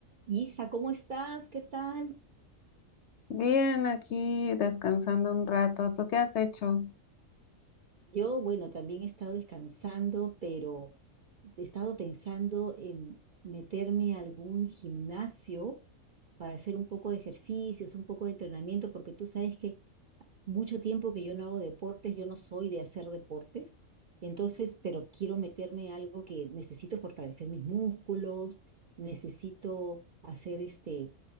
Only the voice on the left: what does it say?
Bien, aquí descansando un rato. ¿Tú qué has hecho?